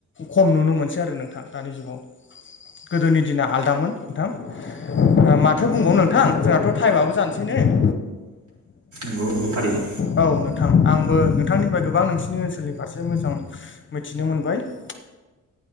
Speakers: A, on the left; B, on the right.
A: खम नुनो मोनसै आरो नोंथां दानि जुगाव। गोदोनि दिना आलदामोन नोंथां। दा माथो बुंबावनो नोंथां जोंहाथ' थाइमाबबो जानोसै नै <inaudible>
B: नंगौ नंगौ थारैनो।
A: औ नोंथां आंबो नोंथांनिफ्राय गोबां नोंसिनि ओनसोलनि फारसे मोजां मिथिनो मोनबाय। <inaudible>